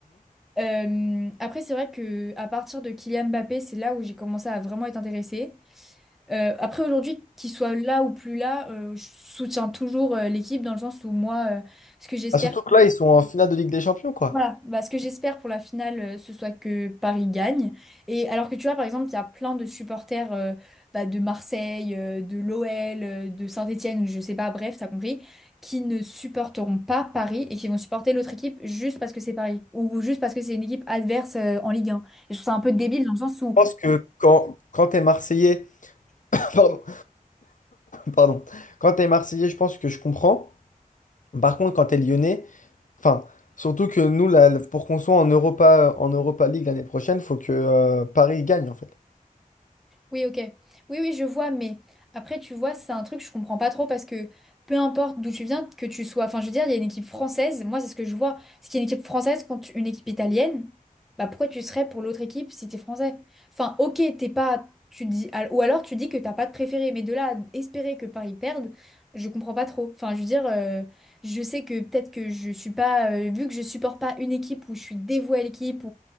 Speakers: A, in the centre; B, on the left.
A: Euh, après, c'est vrai que à partir de Kylian Mbappé, c'est là où j'ai commencé à vraiment être intéressée. Euh, après, aujourd'hui, qu'il soit là ou plus là, euh, je soutiens toujours euh, l'équipe dans le sens où moi, euh, ce que j'espère,
B: Ah, surtout que là, ils sont en finale de Ligue des Champions, quoi.
A: Voilà, bah, ce que j'espère pour la finale, euh, ce soit que Paris gagne. Et alors que tu vois, par exemple, il y a plein de supporters euh, bah, de Marseille, euh, de l'OL, euh, de Saint-Étienne, je sais pas, bref, t'as compris, qui ne supporteront pas Paris et qui vont supporter l'autre équipe juste parce que c'est Paris ou juste parce que c'est une équipe adverse euh, en Ligue 1. Et je trouve ça un peu débile dans le sens où
B: Je pense que quand, quand t'es Marseillais, <laughs> pardon, pardon, quand t'es Marseillais, je pense que je comprends. Par contre, quand t'es Lyonnais, enfin, surtout que nous, là, pour qu'on soit en Europa, en Europa League l'année prochaine, faut que euh, Paris gagne, en fait.
A: Oui, ok. Oui, oui, je vois, mais après, tu vois, c'est un truc que je comprends pas trop parce que peu importe d'où tu viens, que tu sois. Enfin, je veux dire, il y a une équipe française, moi, c'est ce que je vois. Ce qu'il y a une équipe française contre une équipe italienne, bah pourquoi tu serais pour l'autre équipe si t'es français? Enfin, ok, t'es pas. Tu dis, al- ou alors tu dis que t'as pas de préféré, mais de là à espérer que Paris perde, je comprends pas trop. Enfin, je veux dire, euh, je sais que peut-être que je suis pas. euh, vu que je supporte pas une équipe ou je suis dévouée à l'équipe